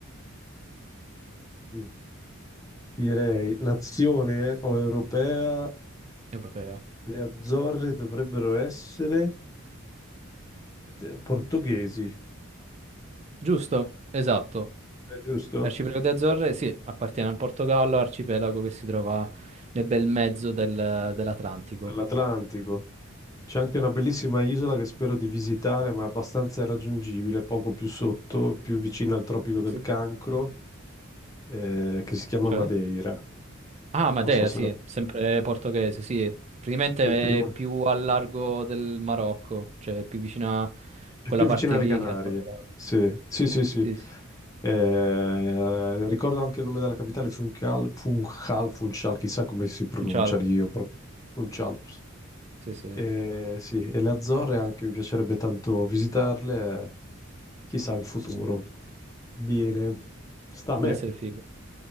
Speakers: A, on the left; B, on the right.
A: Mm. Direi, nazione o europea,
B: europea.
A: le Azzorre dovrebbero essere eh, portoghesi,
B: Giusto? Esatto.
A: è giusto?
B: L'arcipelago delle Azzorre, sì, appartiene al Portogallo, arcipelago che si trova nel bel mezzo del- dell'Atlantico.
A: Dell'Atlantico. C'è anche una bellissima isola che spero di visitare, ma è abbastanza irraggiungibile, poco più sotto, più vicina al Tropico del
B: Sì.
A: Cancro, eh, che si chiama
B: Cioè?
A: Madeira.
B: Ah, Madeira,
A: Non so se
B: sì,
A: la
B: sempre portoghese, sì. Praticamente
A: è prima-
B: è più al largo del Marocco, cioè più vicina a
A: è
B: quella
A: più vicina
B: parte
A: alle
B: lì
A: Canarie.
B: che al Portogallo.
A: Sì, sì, sì, sì.
B: Sì, sì, sì.
A: Eh, ricordo anche il nome della capitale, Funchal, Funchal, Funchal, chissà come si pronuncia
B: Funchal,
A: lì, io proprio. Funchal.
B: sì, sì, sì.
A: E, sì, e le Azzorre anche mi piacerebbe tanto visitarle, eh, chissà in futuro. Bene, sta a me.
B: deve essere figo.